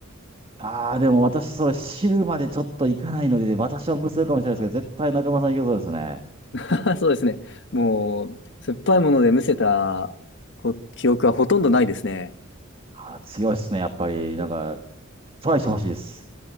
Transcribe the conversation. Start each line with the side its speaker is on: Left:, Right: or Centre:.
Right: ああ、でも私、それ知るまでちょっと行かないので、私は無数かもしれないですけど、
Left: あ
Right: 絶対中村さん行けそうですね。
Left: <laughs> そうですね。もう、酸っぱいものでむせたこ記憶はほとんどないですね。
Right: あー、強いですね、やっぱり。なんか、トライしてほしいです。